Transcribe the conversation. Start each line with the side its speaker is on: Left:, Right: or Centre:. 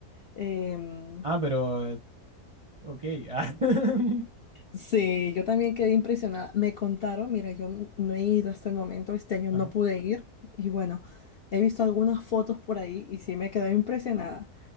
Left: Em,
Right: Ah, pero Ok. ah, <laughs>
Left: Sí, yo también quedé impresionada. Me contaron, mira, yo n- no he ido hasta el momento, este año
Right: Ajá.
Left: no pude ir y bueno, he visto algunas fotos por ahí y sí me quedé impresionada.